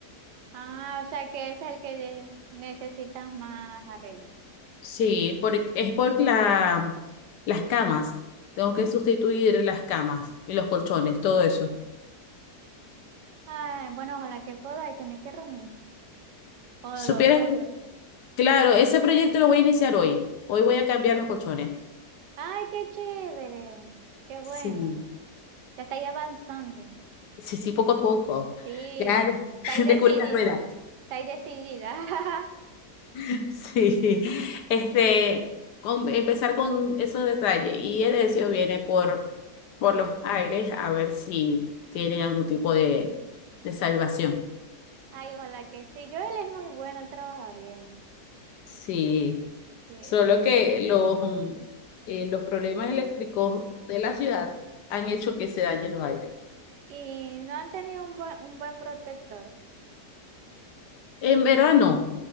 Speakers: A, on the right; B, on the left.
A: Ah, o sea que es el que necesitas más arreglo.
B: Sí, por- es por la, las camas. Tengo que sustituir las camas y los colchones, todo eso.
A: Ay, bueno, ojalá que podáis, tenéis que reunir. O
B: ¿Supieras?
A: los dos,
B: Claro, ese proyecto lo voy a iniciar hoy. Hoy voy a cambiar los colchones.
A: Ay, qué chévere, qué bueno.
B: Sí,
A: Ya estáis avanzando.
B: sí, sí, poco a poco.
A: Sí,
B: Ya de-
A: estáis
B: <laughs>
A: decidida,
B: descubrí las ruedas.
A: estáis decidida. <laughs>
B: <laughs> Sí, este, con- empezar con esos detalles. Y el deseo viene por, por los aires a ver si tiene algún tipo de, de salvación.
A: Ay, ojalá que sí. Yo él es muy bueno, él trabaja bien.
B: Sí,
A: Sí.
B: solo que los, mm, eh, los problemas eléctricos de la ciudad han hecho que se dañen los aires.
A: Y no han tenido un buen, un buen protector.
B: En verano,